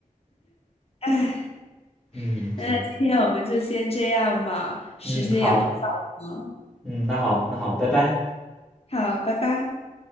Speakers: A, on the left; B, in the centre.
A: 哎，
B: 嗯，
A: 那今天我们就先这样吧，
B: 对，
A: 时间也不。
B: 嗯，好，
A: 好，
B: 嗯，那好，那好，拜拜。
A: 好，拜拜。